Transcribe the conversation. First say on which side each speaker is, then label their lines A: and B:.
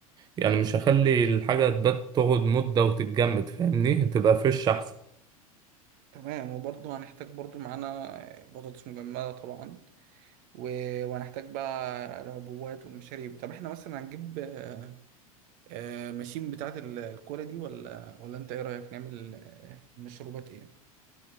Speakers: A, on the right; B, on the right.
A: يعني مش هخلي الحاجة تبات تقعد مدة وتتجمد فاهمني تبقى فريش أحسن
B: تمام وبرضه هنحتاج برضه معانا بطاطس مجمدة طبعا و... وهنحتاج بقى العبوات والمشاريب طب احنا مثلا هنجيب آه، آه، ماشين بتاعة ال- الكولا دي ولا ولا انت ايه رأيك نعمل آه، مشروبات ايه